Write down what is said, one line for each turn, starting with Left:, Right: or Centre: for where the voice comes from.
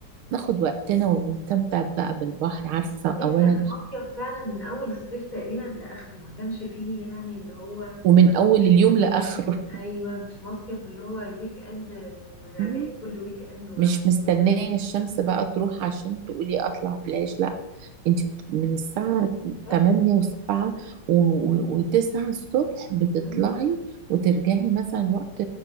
Right: ناخد وقتنا ونستمتع بقى بالبحر عارفة
Left: بعدين
Right: أولا
Left: كان المصيف فعلا من اول الصيف تقريبا لاخره ما كانش فيه يعني اللي هو
Right: ومن أول
Left: مصيف
Right: اليوم
Left: ويك
Right: لآخره
Left: اند ايوه مش مصيف اللي هو الويك اند وراجعين
Right: <laughs>
Left: كل ويك اند ورايحين
Right: مش مستنية
Left: كل ويك
Right: الشمس بقى تروح عشان تقولي أطلع بلاش لأ أنت بت- من الساعة
Left: اند
Right: تمانية وسبعة وتسعة الصبح بتطلعي
Left: مم.
Right: وترجعي مثلا وقت